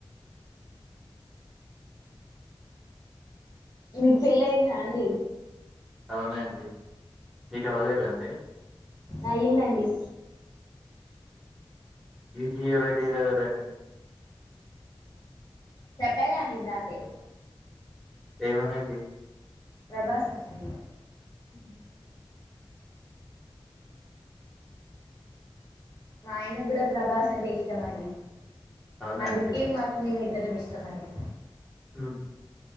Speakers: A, on the left; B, in the centre.
A: మీకు పెళ్లిియిందా అండి
B: అవునండి మీకు అవ్వలేదా అండి
A: అయిందండి
B: మీ ఫేవరెట్ హీరో ఎవరండీ
A: చెప్పా గా అండి ఇందాకే
B: ఏమోనన్డి
A: ప్రభాస్ అండి
B: హ
A: మా ఆయన కూడా ప్రభాస్ అంటే ఇష్టంమండి
B: అవునా
A: అందుకే
B: అండి
A: మాకు మేమిద్దరుం మేం ఇష్టమండి
B: హ్మ్